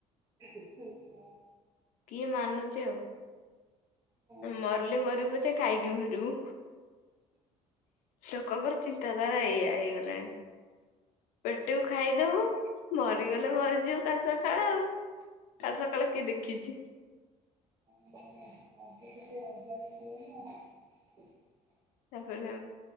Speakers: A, on the right; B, on the left.
A: ହିଁ ହିଁ।
B: କିଏ ମାନୁଚି ଆଉ?
A: ହଁ,
B: ମରିଲେ ମରିବୁ ପଛେ ଖାଇକି ମରିବୁ। ଲୋକଙ୍କର ଚିନ୍ତା ଧାରା ଏଇଆ ହେଇଗଲାଣି। ପେଟକୁ ଖାଇଦବୁ ମର ମରିଗଲେ ମରିଯିବୁ କାଲି ସକାଳ ଆଉ କାଲି ସକାଳେ କିଏ ଦେଖିଛି?
A: <unintelligible>
B: ତାପରେ